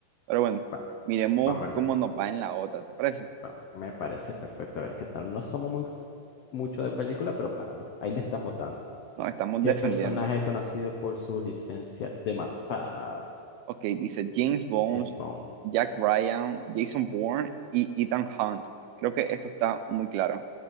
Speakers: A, on the right; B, on the left.
A: Pero bueno,
B: Va-
A: miremos
B: vamos a ver
A: cómo
B: qué,
A: nos va en la otra, ¿te parece?
B: vamos, me parece perfecto. A ver qué tal. No somos muy mucho de película, pero bueno, ahí le estamos dando.
A: Nos estamos
B: ¿Qué
A: defendiendo.
B: personaje es conocido por su licencia de matar?
A: Ok, dice James Bones,
B: James Bond.
A: Jack Ryan, Jason Bourne y Ethan Hunt. Creo que esto está muy claro.